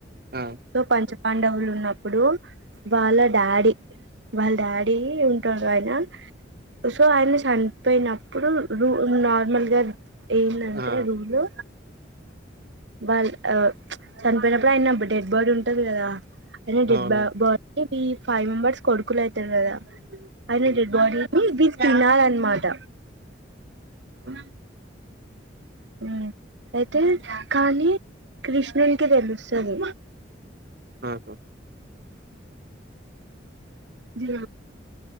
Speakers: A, on the right; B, on the right.
A: ఆ
B: సో పంచ పాండవులు ఉన్నప్పుడు వాళ్ళ డాడీ వాళ్ళ డాడీ ఉంటారు ఆయన సో ఆయన చనిపోయినప్పుడు రూ నార్మల్గా ఏందంటే
A: ఆ
B: రూలు వాళ్ళు ఆ చనిపోయినప్పుడు ఆయన డెడ్ బాడీ ఉంటది కదా అయిన డెడ్
A: అవును
B: బా బ ఇది ఫైవ్ మెంబర్స్ కొడుకులు అయితరు కదా అయిన డెడ్ బాడీని వీళ్
A: ఆ
B: తినాలనమాట ఉ ఉ అయితే కానీ కృష్ణునికి తెలుస్తుంది
A: ఆా
B: జ